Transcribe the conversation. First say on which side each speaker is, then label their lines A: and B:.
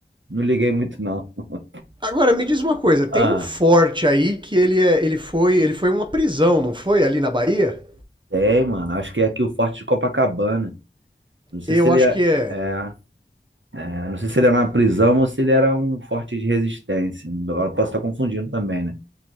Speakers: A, on the right; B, on the right.
A: não liguei muito, não. <laughs>
B: Agora, me diz uma coisa, tem
A: Ah,
B: um forte aí que ele, é, ele foi ele foi uma prisão, não foi? Ali na Bahia?
A: tem, mano, acho que é aqui o Forte de Copacabana. Não sei
B: Eu
A: se ele
B: acho
A: é,
B: que é
A: é, é, não sei se ele é na prisão ou se ele era um forte de resistência. Agora eu posso estar confundindo também, né?